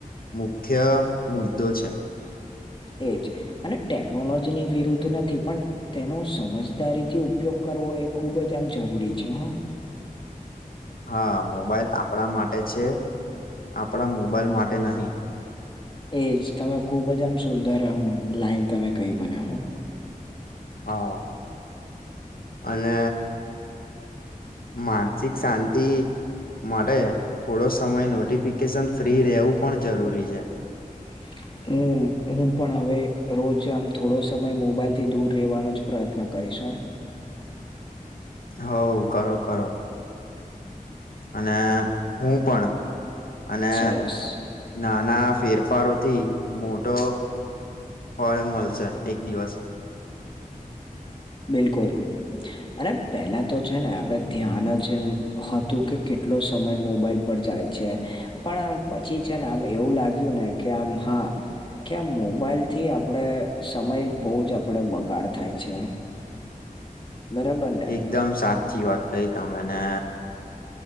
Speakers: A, on the left; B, on the left.
A: મુખ્ય મુદ્દો છે.
B: એજ અને ટેકનોલોજીની વિરુદ્ધ નથી પણ તેનો સમજદારીથી ઉપયોગ કરવો એ ખુબજ આમ જરૂરી છે, હા.
A: હા, મોબાઈલ આપડા માટે છે, આપડા મોબાઈલ માટે નહી.
B: એજ તમે ખુબજ આમ સુંદર આમ લાઈન તમે કઈ મને હા.
A: હા અને માનસિક શાંતિ મળે થોડો સમય નોટિફિકેશન ફ્રી રહેવું પણ જરૂરી છે.
B: <unintelligible> હું, હું પણ હવે રોજ આમ થોડો સમય મોબાઈલથી દૂર રહેવાનો જ પ્રયત્ન કરીશું.
A: હોવ કરો કરો. અને હું પણ અને
B: સરસ
A: નાના ફેરફારોથી મોટો ફળ મળશે એક દિવસ.
B: બિલકુલ અને પેલા તો છે ને, આપડે ધ્યાન જ હતું, કે કેટલો સમય મોબાઈલ પર જાય છે. પણ પછી છે ને, આમ એવું લાગ્યું ને, કે આમ હા ક્યાં મોબાઈલ થી આપડે સમય બહુ જ આપણેે બગાડ થાય છે. બરાબર. ને
A: એકદમ સાચી વાત કઈ તમેને